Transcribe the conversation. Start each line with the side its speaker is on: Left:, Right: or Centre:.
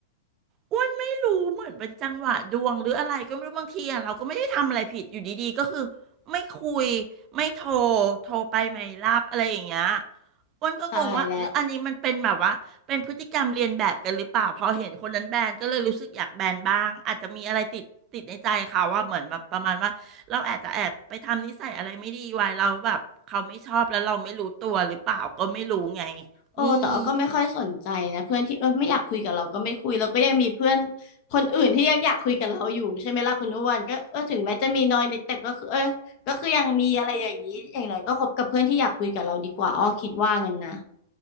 Right: อ้วนไม่รู้เหมือนเป็นจังหวะดวงหรืออะไรก็ไม่รู้บางทีอ่ะเราก็ไม่ได้ทำอะไรผิดอยู่ดีๆก็คือไม่คุยไม่โทรโทรไปไม่รับอะไรอย่างเงี้ยอ้วนก็งงว่าหรืออันนี้มันเป็นแบบว่าเป็นพฤติกรรมเรียนแบบกันหรือเปล่าพอเห็นคนนั้นแบนก็เลยรู้สึกอยากแบนบ้างอาจจะมีอะไรติดติดในใจเขาว่าเหมือนแบบประมาณว่าเราอาจจะแอบไปทำนิสัยอะไรไม่ดีไว้เราแล้วแบบเขาไม่ชอบแล้วเราไม่รู้ตัวหรือเปล่าก็ไม่รู้ไง
Left: ตายแล้ว โอ้แต่ว่าก็ไม่ค่อยสนใจนะเพื่อนที่เออไม่อยากคุยกับเราก็ไม่คุยเราก็ยังมีเพื่อน
Right: อืม
Left: คนอื่นที่ยังอยากคุยกับเราอยู่ใช่ไหมล่ะคุณอ้วนก็เออถึงแม้จะมีน้อยนิดแต่ก็คือเออก็คือยังมีอะไรอย่างนี้อย่างไรก็คบกับเพื่อนที่อยากคุยกับเราดีกว่าอ้อคิดว่างั้นนะ